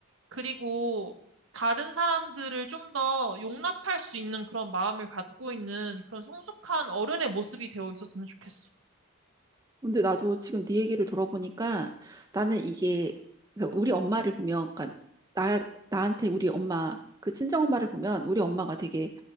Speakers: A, on the right; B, on the right.
A: 그리고 다른 사람들을 좀 더 용납할 수 있는 그런 마음을 갖고 있는 그런 성숙한 어른의 모습이 되어 있었으면 좋겠어.
B: 근데 나도 지금 네 얘기를 들어보니까 나는 이게 그러니까 우리 엄마를 보면 그러니까 나 나한테 우리 엄마 그 친정 엄마를 보면 우리 엄마가 되게